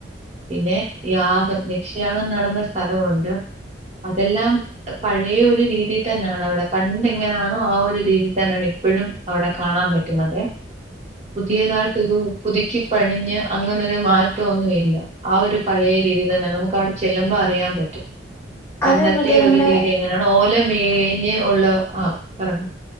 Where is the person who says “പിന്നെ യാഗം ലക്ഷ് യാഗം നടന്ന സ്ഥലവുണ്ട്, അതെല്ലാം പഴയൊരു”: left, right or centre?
Right